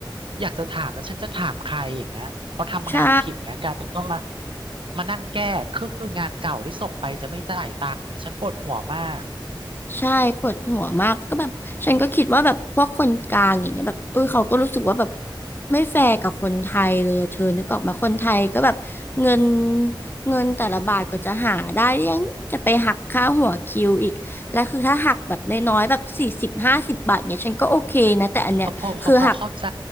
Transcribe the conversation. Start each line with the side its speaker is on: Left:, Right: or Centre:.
Right: อยากจะถามแล้วฉันจะถามใครอย่างเงี้ยพอทำงานผิดเงี้ยกลายเป็นต้องมา
Left: ใช่
Right: มานั่งแก้คือคืองานเก่าที่ส่งไปจะไม่จ่ายตังค์เดี๋ยวฉันปวดหัวมากอืม
Left: ใช่ปวดหัวมากก็แบบฉันก็คิดว่าแบบพวกคนกลางอย่างเงี้ยแบบเออเขาก็รู้สึกว่าแบบไม่แฟร์กับคนไทยเลยอะเธอนึกออกมาคนไทยก็แบบเงิน
Right: อ๋ออืม
Left: เงินแต่ละบาทก็จะหาได้ยังจะไปหักค่าหัวคิวอีกและคือถ้าหักแบบน้อยๆแบบสี่สิบห้าสิบบาทเนี่ยฉันก็โอเคนะแต่อันเนี้ยคือหัก
Right: เออพอพอพอเข้าใจ